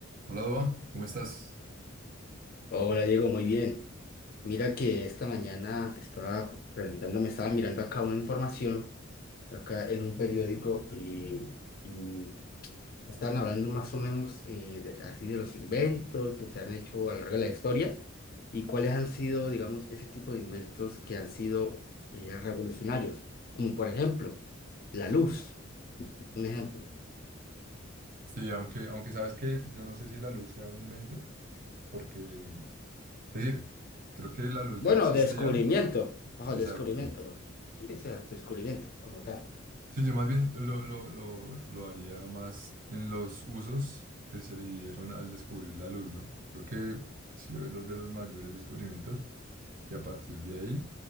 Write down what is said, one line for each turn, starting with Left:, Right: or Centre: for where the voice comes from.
Right: Hola, Doba, ¿cómo estás?
Left: Hola Diego, muy bien. Mira que esta mañana estaba preguntando, me estaba mirando acá una información, acá en un periódico, y, y estaban hablando más o menos eh, de- así de los inventos que se han hecho a lo largo de la historia y cuáles han sido, digamos, ese tipo de inventos que han sido eh, revolucionarios, como por ejemplo la luz, un ejemplo.
Right: Sí, aunque, aunque sabes que yo no sé si la luz sea un invento, porque, es decir, creo que la luz
Left: Bueno,
Right: ya existía.
Left: descubrimiento, ojo,
Right: Exacto.
Left: descubrimiento, bueno, sí, o sea, descubrimiento como tal.
Right: Sí, yo más bien lo, lo, lo, lo haría más en los usos que se le dieron al descubrir la luz, ¿no? Creo que ha sido de los, de los mayores descubrimientos y a partir de ahí,